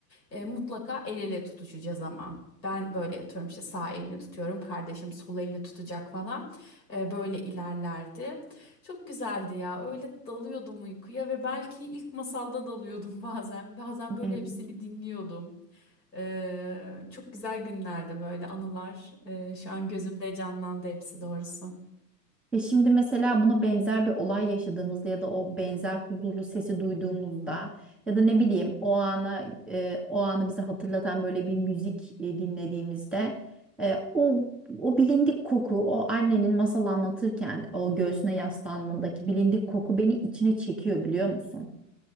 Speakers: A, on the left (about 85°); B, in the centre.
A: E, mutlaka el ele tutuşacağız ama. Ben böyle atıyorum işte sağ elini tutuyorum. Kardeşim sol elini tutacak falan. E, böyle ilerlerdi. Çok güzeldi ya. Öyle dalıyordum uykuya ve belki ilk masalda dalıyordum <laughs> bazen. Bazen böyle
B: Aynen.
A: hepsini dinliyordum. E, çok güzel günlerdi böyle anılar. E, şu an gözümde canlandı hepsi doğrusu.
B: Ya şimdi mesela buna benzer bir olay yaşadığımızda ya da o benzer huzurlu sesi duyduğumuzda ya da ne bileyim o ana e, o anı bize hatırlatan böyle bir müzik e, dinlediğimizde e, o o bilindik koku o annenin masal anlatırken o göğsüne yaslandığındaki bilindik koku beni içine çekiyor biliyor musun?